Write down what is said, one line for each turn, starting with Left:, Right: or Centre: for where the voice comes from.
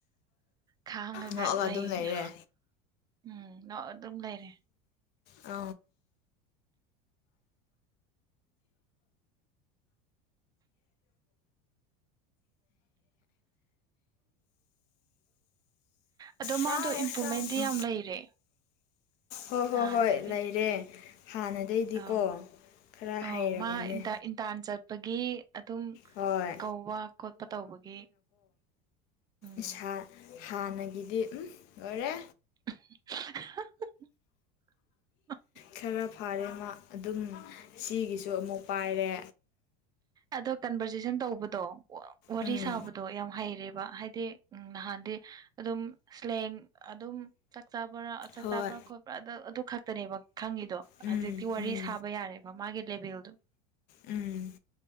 Right: ꯈꯥꯡꯉꯒ
Left: ꯅꯣꯛꯑꯒ
Right: ꯂꯩꯔꯤꯅꯦ
Left: ꯑꯗꯨꯝ ꯂꯩꯔꯦ
Right: ꯎꯝ ꯅ ꯑꯗꯨꯝ ꯂꯩꯔꯦ
Left: ꯑ
Right: ꯑꯗꯣ
Left: ꯁꯥꯔ
Right: ꯃꯥꯗꯣ ꯏꯝꯄ꯭ꯔꯨꯚꯃꯦꯟꯗꯤ
Left: ꯁꯥꯔ
Right: ꯌꯥꯝ ꯂꯩꯔꯦ
Left: ꯑꯥ ꯍꯣꯏ
Right: ꯅꯥꯟꯗꯒꯤ
Left: ꯍꯣꯏ ꯍꯣꯏ ꯂꯩꯔꯦ ꯍꯥꯟꯅꯗꯩꯗꯤꯀꯣ
Right: ꯑꯥꯎ
Left: ꯈꯔ
Right: ꯑꯥꯎ
Left: ꯍꯩꯔꯕꯅꯦ
Right: ꯃꯥ ꯏꯟꯇꯥꯟ ꯆꯠꯄꯒꯤ ꯑꯗꯨꯝ
Left: ꯍꯣꯏ
Right: ꯀꯧꯕ ꯈꯣꯠꯄ ꯇꯧꯕꯒꯤ ꯎꯝ
Left: ꯏꯁ ꯍꯥꯟꯅꯒꯤꯗꯤ ꯎꯝ ꯂꯣꯏꯔꯦ
Right: <inaudible> <inaudible>
Left: ꯈꯔ ꯐꯔꯦ ꯑꯗꯨꯝ ꯁꯤꯒꯤꯁꯨ ꯑꯃꯨꯛ ꯄꯥꯏꯔꯦ
Right: ꯑꯗꯣ ꯀꯟꯚꯔꯖꯦꯁꯟ ꯇꯧꯕꯗꯣ ꯋꯥꯔꯤ
Left: ꯎꯝ
Right: ꯁꯥꯕꯗꯣ ꯌꯥꯝ ꯍꯩꯔꯦꯕ ꯍꯥꯏ ꯎꯝ ꯅꯍꯥꯟꯗꯤ ꯑꯗꯨꯝ ꯁ꯭ꯂꯦꯡ ꯑꯗꯨꯝ ꯆꯥꯛ ꯆꯥꯕ꯭ꯔꯥ ꯆꯥꯛ
Left: ꯍꯣꯏ
Right: ꯆꯥꯕ꯭ꯔꯥ ꯈꯣꯠꯄ꯭ꯔꯥ ꯑꯗꯨ ꯈꯛꯇꯅꯦꯕ ꯈꯪꯉꯤꯗꯣ
Left: ꯎꯝ
Right: ꯍꯧꯖꯤꯛꯇꯤ ꯋꯥꯔꯤ
Left: ꯎꯝ
Right: ꯊꯥꯕ ꯌꯥꯔꯦꯕ ꯃꯥꯒꯤ ꯂꯦꯚꯦꯜꯗꯣ
Left: ꯎꯝ